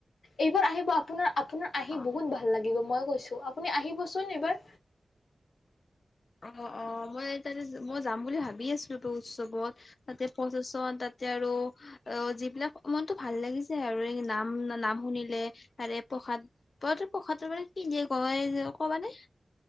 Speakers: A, on the left; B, on the left.
A: এইবাৰ আহিব আপোনাৰ। আপোনাৰ আহি
B: অ
A: বহুত ভাল লাগিব মই। গৈছো আপুনি আহিবচোন এইবাৰ।
B: অ অ মই তাতে মই যাম বুলি ভাবি আছো এই উৎসৱত তাতে প্ৰচেচন তাতে আৰু অ যিবিলাক মনটো ভাল লাগিছে আৰু নাম নাম শুনিলে ত প্ৰসাদ প্ৰসাদ মানে কি দিয়ে ক যে কবানে